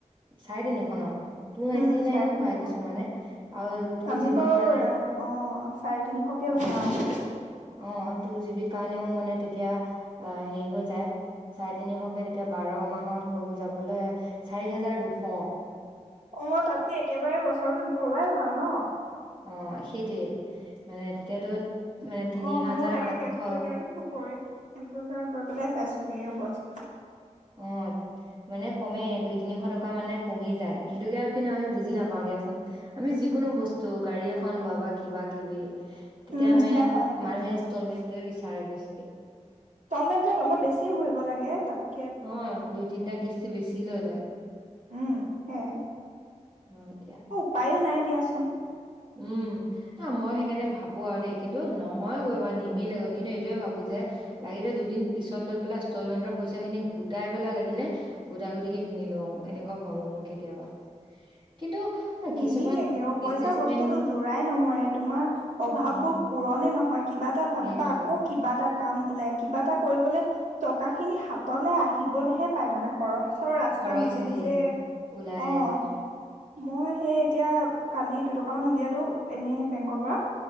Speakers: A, on the right; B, on the right.
A: চাৰে তিনিশ ন? টু নাইনটি
B: উম
A: নাইনো
B: চাৰে তিনিশ
A: ভৰাই কিছুমানে আৰু টু
B: আমি
A: জিবিৰ
B: বাৰু
A: কাৰণে
B: অহঁ চাৰে তিনিশকে ভৰাওঁ
A: অ টু জি বি কাৰণেও মানে তেতিয়া অ হেৰি হৈ যায় চাৰে তিনিশকে তেতিয়া বাৰ মাহত হৈ গৈ যাবলৈ চাৰি হাজাৰ দুশ অহঁ।
B: অ তাঁতকে একেবাৰে বছৰটোত ভৰোৱাই ভাল নহঁ
A: অ সেইটোৱে মানে তেতিয়াতো মানে তিনি
B: অ মইওঁ
A: হাজাৰ
B: তাকে
A: আঠশ
B: কেলকুলেটাৰ কেলকুলেটাৰ গৈ পেলাই চাইছোঁ। এ অৱস্থা
A: অ মানে কমেই দুই তিনিশ টকা মানে কমি যায় সেইটোকে আৰু কিন্তু আমি বুজি নাপাওঁ দিয়াচোন আমি যিকোনো বস্তু গাড়ী এখন লোৱা বা কিবা কিবি তেতিয়া
B: উম
A: আমি
B: সেয়া হয়
A: মানুহে ষ্টলমেটোৱে বিচাৰে বেছ
B: ষ্টলমেণ্টত অলপ বেছি ভৰিব লাগে তাতঁ
A: অ দুই তিনিটা কিস্তি বেছি লৈ লয়।
B: উম হে।
A: অ এতিয়া
B: অহঁ উপায়ো নাই দিয়াচোন। উম
A: উম হাঁ, মই সেইকাৰণে ভাবো আৰু দেই কিন্তু নহয়গৈ বা নিমিলেগৈ কিন্তু এইটোৱে ভাবো যে লাগিলে দুদিন পিছত লৈ পেলাই ইনষ্টলমেন্টৰ পইচা খিনি গোটাই পেলাই লাগিলে গোটাই গুটিকে কিনি লওঁ এনেকুৱা ভাবো মই কেতিয়াবা কিন্তু আ,
B: নিমিলেগে
A: কিছুমান
B: অ
A: বিজনেচমেন
B: পইচা বস্তু তোৰ, তো জোৰাই নমৰে তোমাৰ অভাৱ
A: অ
B: বোৰ পুৰণে নহয়। কিবা এটা ভাবিবা
A: সেইটোয়ে
B: আকৌ কিবা এটা কাম ওলাই কিবা এটা কৰিবলে টকা খিনি হাঁতলে আহিবলেহে পায় তাৰমানে। খৰচৰ ৰাস্তা
A: খৰচ
B: নিজে
A: হৈয়ে
B: নিজে
A: যায় ওলায়ে
B: অহঁ
A: যায়
B: মই। সেই এতিয়া। কালি দুটকামান উলিয়ালো। এনে বেংকৰ পৰা।